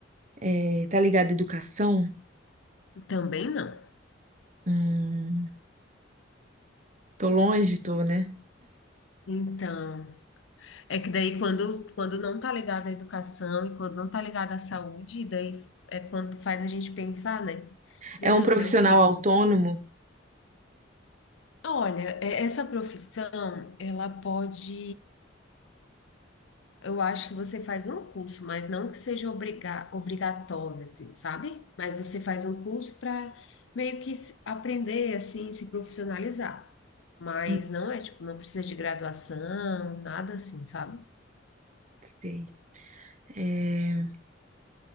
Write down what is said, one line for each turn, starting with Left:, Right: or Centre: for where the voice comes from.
Right: É, tá ligada à educação?
Left: Também não.
Right: Hum, tô longe, tô, né?
Left: Então, é que daí quando, quando não tá ligado à educação e quando não tá ligado à saúde, daí é quando faz a gente pensar, né? Meu
Right: É, é
Left: Deus,
Right: um profissional
Left: é o quê?
Right: autônomo?
Left: Olha, é- essa profissão, ela pode, eu acho que você faz um curso, mas não que seja obriga, obrigatório, assim, sabe? Mas você faz um curso para meio que se- aprender, assim, se profissionalizar. Mas
Right: Hum,
Left: não é, tipo, não precisa de graduação, nada assim, sabe?
Right: Sei. É,